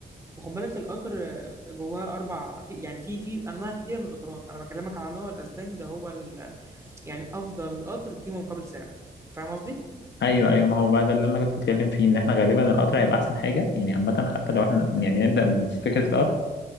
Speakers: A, on the right; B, on the left.
A: خد بالك القطر آه، جواه أربع في يعني في في أنواع كتير من القطارات أنا بكلمك على النوع الأسباني ده هو ال- يعني أفضل قطر قيمة مقابل سعر فاهم قصدي؟
B: ايوه ايوه ما هو بقى ده اللي انا كنت بتكلم فيه ان احنا غالبا القطر هيبقى احسن حاجة يعني عامة حتى لو احنا يعني نبدأ بفكرة القطر